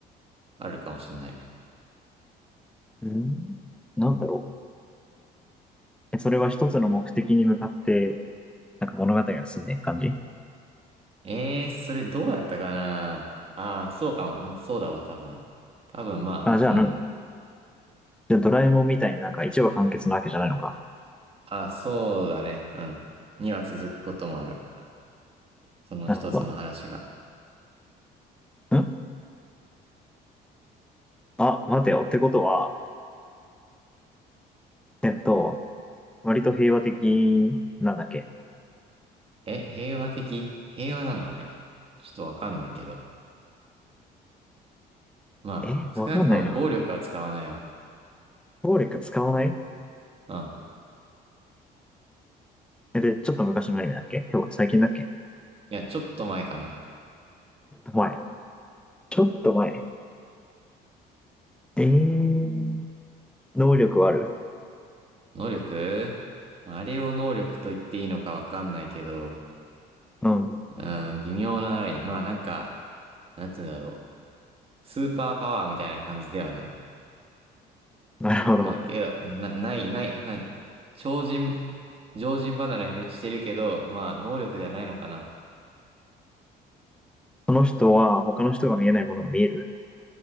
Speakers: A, on the right; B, in the centre.
A: あるかもしんない。
B: うんなんだろうえ、それは一つの目的に向かって、なんか物語が進んでいく感じ
A: ええー、それどうだったかなああー、そうかも。うん、そうだわ、多分。多分、まあ、
B: あ、じゃあなん、
A: うん。
B: じゃあドラえもんみたいになんか一話完結なわけじゃないのか。
A: ああ、そうだね。うん。には続くこともある。その一つの話が。
B: なるほど。んあ、待てよ。ってことは、えっと、割と平和的、なんだっけ
A: え、平和的平和なのあれ。ちょっとわかんないけど。まあ、
B: え、
A: 少なくとも暴力は使わないわ。
B: わかんないな。暴力使わない
A: うん。
B: え、で、ちょっと昔のアニメだっけ今日、最近だっけ
A: いや、ちょっと前かな。
B: 前。ちょっと前。えー、能力はある
A: 能力まああれを能力と言っていいのかわかんないけど、
B: うん。
A: うん、微妙なライン。まあ、なんか、なんて言うんだろう。スーパーパワーみたいな感じではない。
B: なるほど。
A: まあけど、な、ない、ない、ない、超人、常人離れへしてるけど、まあ能力ではないのかな。
B: その人は他の人が見えないものが見える